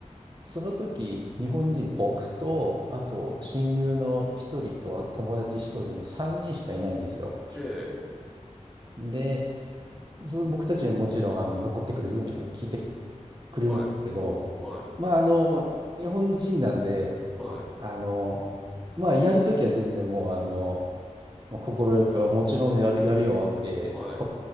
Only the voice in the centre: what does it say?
ええ。
はい。はい。
はい。
はい。